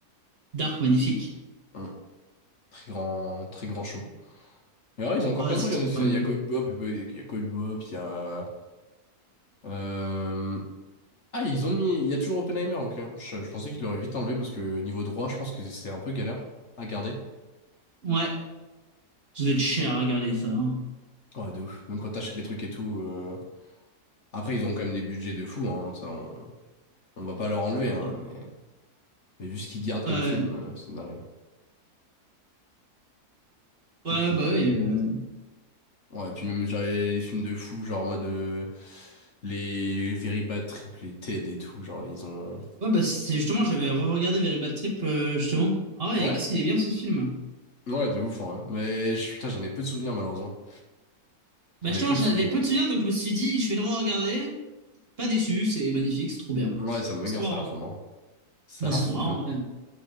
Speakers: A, on the right; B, on the left.
A: Dark, magnifique.
B: Hum. Très grand, très grand show. Mais ouais, ils ont encore
A: Ah,
B: plein
A: ouais, c'est
B: de trucs.
A: trop
B: Il y en a,
A: incroyable.
B: il y a Cowboy Bebop, il y a Cowboy Bebop, il y a... Euh, Ah, ils ont mis... Il y a toujours Oppenheimer, ok. Je, je pensais qu'ils l'auraient vite enlevé parce que niveau droit, je pense que c'est un peu galère à garder.
A: Ouais, ça doit être cher à regarder ça. hein.
B: Ouais, de ouf. Même quand t'achètes les trucs et tout. euh, Après, ils ont quand même des budgets de fou, hein, ça, on- On va pas leur enlever, hein,
A: Ouais,
B: mais, mais vu ce qu'ils gardent
A: ouais,
B: comme film, euh, c'est narré.
A: ouais,
B: Et
A: ouais,
B: puis,
A: bah
B: m-
A: oui. euh.
B: ouais, et puis même genre, les les films de fous, genre en mode euh, les, les Very Bad Trip, les TED et tout, genre ils ont.
A: Ouais, bah c'est justement, j'avais re-regardé Very Bad Trip, euh, justement. Ah ouais,
B: Ouais,
A: qu'est-ce qu'il est bien ce film.
B: ouais, de ouf, hein, ouais. Mais je- putain, j'en ai peu de souvenirs malheureusement.
A: Bah
B: J'en
A: justement,
B: ai peu
A: j'en
B: de souvenirs.
A: avais peu de souvenirs, donc je me suis dit, je vais le re-regarder. Pas déçu, c'est magnifique, c'est trop bien.
B: Ouais, ça me
A: C'est trop
B: ça
A: marrant.
B: a l'air trop marrant. Ça
A: Bah,
B: a l'air
A: c'est
B: trop
A: trop marrant,
B: fun.
A: ouais.